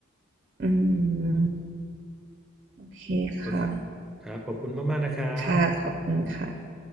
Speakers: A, on the right (about 40°); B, in the centre.
A: อืมโอเคค่ะ
B: โอเคครับขอบคุณมากๆนะครับ
A: ค่ะขอบคุณค่ะ